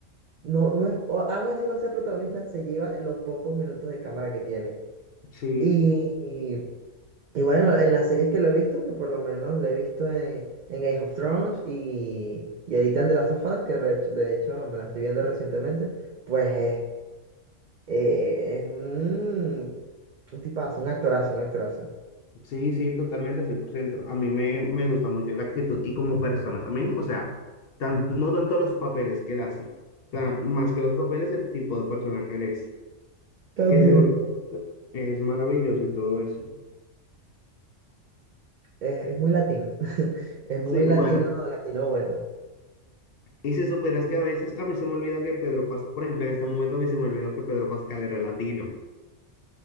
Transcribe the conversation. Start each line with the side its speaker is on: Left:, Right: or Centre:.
Right: No, no es, o- aún así no sea protagonista, se lleva los pocos minutos de cámara que tiene.
Left: sí.
Right: Y, y, y bueno, en las series que lo he visto, que por lo menos lo he visto en, en Game of Thrones y, y ahorita en The Last of Us, que re- de hecho me la estoy viendo recientemente, pues es, eh, es un, un tipazo, un actorazo, un actorazo.
Left: Sí, sí, totalmente, 100%. A mí me, me gusta mucho la actitud y como persona también, o sea, tan- no tanto los papeles que él hace, o sea, más que los papeles, el tipo de persona que él es,
Right: También.
Left: que seguro es maravilloso y todo eso.
Right: Eh, es muy latino, <laughs> es muy
Left: Sí,
Right: latino,
Left: bueno,
Right: latino bueno.
Left: y si supieras que a veces a mí se me olvida que Pedro Pascal, por ejemplo, en este momento a mí se me olvidó que Pedro Pascal era latino,